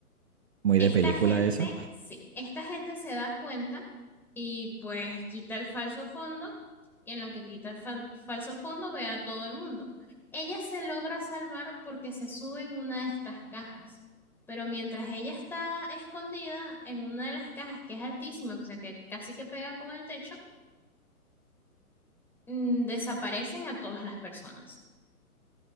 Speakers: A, on the right; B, in the centre.
A: Muy
B: Esta
A: de película
B: gente,
A: eso.
B: sí, esta gente se da cuenta y pues quita el falso fondo y en lo que quita el fal- falso fondo ve a todo el mundo. Ella se logra salvar porque se sube en una de estas cajas, pero mientras ella está escondida en una de las cajas que es altísima, o sea que casi que pega con el techo, mm, desaparecen a todas las personas.